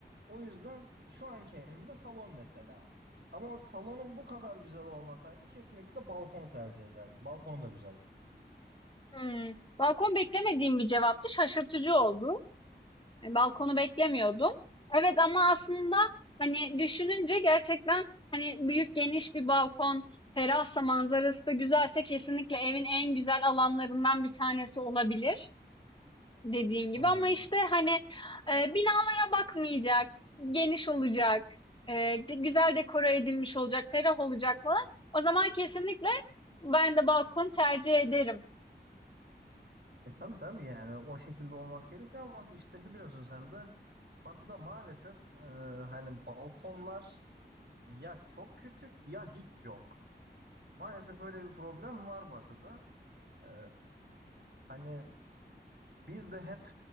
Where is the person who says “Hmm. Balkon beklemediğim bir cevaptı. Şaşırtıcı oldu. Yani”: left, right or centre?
Left